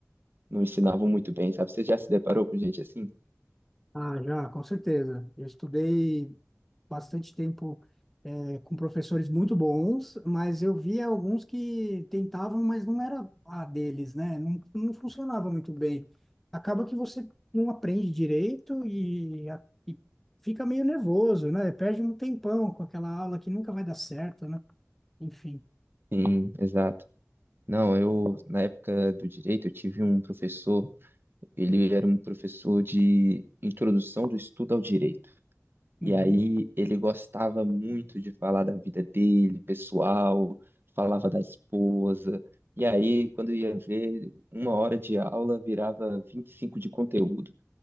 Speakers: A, on the right (about 45°); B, in the centre.
A: não ensinavam muito bem, sabe? Você já se deparou com gente assim?
B: Ah, já, com certeza. Eu estudei bastante tempo com professores muito bons, mas eu via alguns que tentavam, mas não era a deles, né? Não, não funcionava muito bem. Acaba que você não aprende direito e, a- e fica meio nervoso, né? Perde um tempão com aquela aula que nunca vai dar certo, né? Enfim.
A: Sim, exato. Não, eu, na época do direito, eu tive um professor Ele era um professor de introdução do estudo ao direito. E
B: Uhum.
A: aí ele gostava muito de falar da vida dele, pessoal, falava da esposa. E aí, quando ia ver, uma hora de aula virava 25 de conteúdo.